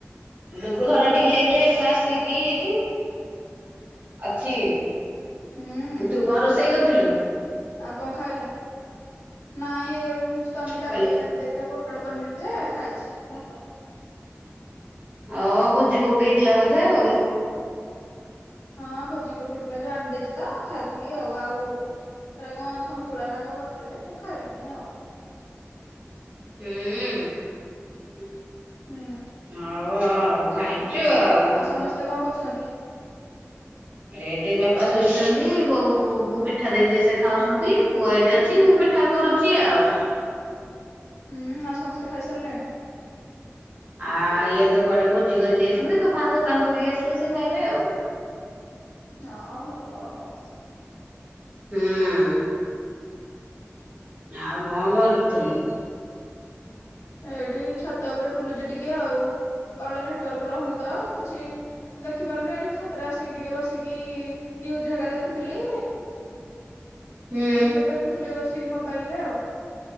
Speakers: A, on the right; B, on the left.
A: ଡୁଗୁଲୁ ଘର ଠିକି ଯାଇଥିଲା ଏଇନିକା ଆସିକି ଏଠି ଅଛି।
B: ହୁଁ
A: ତୁ କଣ ରୋଷେଇ କରିଥିଲୁ?
B: ଆଉ କଣ ଖାଇଲା? ନାଇଁ ଏଇବଳି ମୁଁ କିଛି କରିନି ବାବି
A: କହିଲି
B: ଭାଇ ଆଣିଦେଇଥିଲା ପୋ ଟଳ ପନିର୍ ଯେ ଖାଇଛି ଭାତ।
A: ଅ ଭୋଜି କୋଉଠି ହେଇଥିଲା ବୋଧେ ଆଉ।
B: ହଁ ଭୋଜି କୋଉଠି ହେଇଥିଲା ଯୋଉ ଆଣିଦେଇଛି ତ ଖାଇଥିଲି ଆଉ ଆଉ ସୋଟା କଁ ସନ୍ତୁଳନା କଣ କରିଥିଲେ ଯେ ମୁଁ ଖାଇଲିିନି ଆଉ।
A: ହୁଁ।
B: ହୁଁ।
A: ହଉ ଆଉ ଖାଇଚୁ ଆଉ।
B: ଆଉ ସମସ୍ତେ କଣ କରୁଛନ୍ତି?
A: ଏଠି ବାପା ଶୋଇଛନ୍ତି ବୋଉ କୁ ପିଠା ଦେଇଚି ସେ ଖାଉଛନ୍ତି ପୁଅ ଏଇଠି ଅଛି ମୁଁ ପି ଠା କରୁଚି ଆଉ।
B: ହୁଁ ଆଉ ସମସ୍ତେ ଖାଇସାରିଲେଣି?
A: ଆ ଇଏ ତ କୁଆଡେ ଭୋଜି କରି ଯାଇଛନ୍ତି ତୋଫାନ୍ ଦୋକାନ ପକେଇକି ଆସିଲେ ସେ ଖାଇବେ ଆଉ।
B: ହଁ ହଉ ଆଉ।
A: ହୁଁ। ଆଉ କଣ କରିଥିଲୁ?
B: ଏଇଠି ଛାତ ଉପରେ ବୁଲୁଚି ଟିକେ ଆଉ ତଳେ ନେ ନେଟୱାର୍କ ରହୁନି ତ କିଛି ଦେଖିପାରୁନି ଏଠି ଛାତ ତରେ ଆସିକି ଟିକେ ବସିକି ନିଉଜୁ ହେଗା ଦେଖୁଥିଲି।
A: ହୁଁ
B: ଏମିତି ସବୁ ଦେଖୁଥିଲି ବସିକି ମୋବାଇଲ୍ ରେ ଆଉ।